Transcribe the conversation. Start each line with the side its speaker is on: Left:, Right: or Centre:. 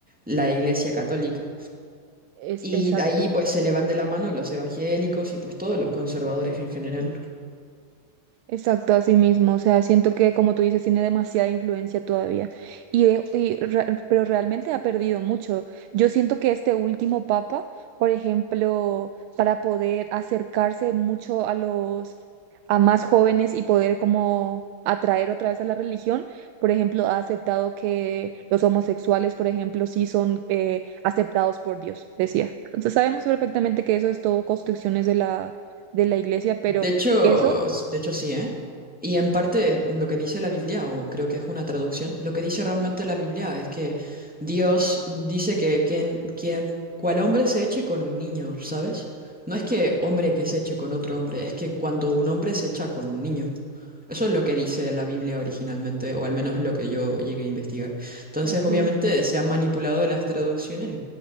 Centre: la iglesia católica.
Right: Es
Centre: Y
Right: exacto.
Centre: ahí pues se le van de la mano los evangélicos y pues todos los conservadores en general.
Right: Exacto, así mismo. O sea, siento que, como tú dices, tiene demasiada influencia todavía. Y, eh, y re- pero realmente ha perdido mucho. Yo siento que este último papa, por ejemplo, para poder acercarse mucho a los, a más jóvenes y poder como atraer otra vez a la religión, por ejemplo, ha aceptado que los homosexuales, por ejemplo, sí son eh, aceptados por Dios, decía. Entonces sabemos perfectamente que eso es todo construcciones de la, de la iglesia, pero
Centre: De hecho,
Right: eso...
Centre: de hecho sí, ¿eh? Y en parte lo que dice la Biblia, o creo que es una traducción, lo que dice realmente la Biblia es que Dios dice que quien, quien, cual hombre se eche con un niño, ¿sabes? No es que hombre que se eche con otro hombre, es que cuando un hombre se echa con un niño. Eso es lo que dice la Biblia originalmente, o al menos lo que yo llegué a investigar. Entonces,
Right: Ok.
Centre: obviamente, se han manipulado las traducciones,